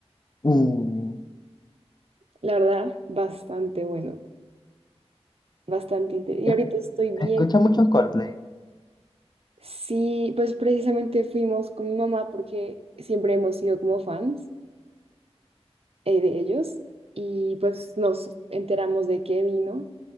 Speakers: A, on the left; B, on the right.
A: Uh,
B: La verdad, bastante bueno, bastante interesante.
A: es-
B: Y ahorita estoy viendo,
A: escucha muchos Coldplay.
B: sí, pues precisamente fuimos con mi mamá porque siempre hemos sido como fans eh, de ellos y pues nos enteramos de que vino,